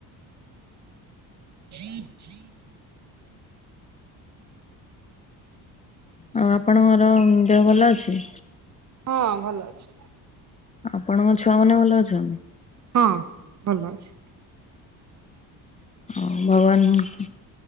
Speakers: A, on the right; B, on the left.
A: <inaudible>
B: ଆଉ ଆପଣଙ୍କର ଦେହ ଭଲ ଅଛି।
A: ହଁ ଭଲ ଅଛି।
B: ଆପଣଙ୍କ ଛୁଆ ମାନେ ଭଲ ଅଛନ୍ତି।
A: ହଁ ଭଲ ଅଛି।
B: ହଉ ଭଗବାନ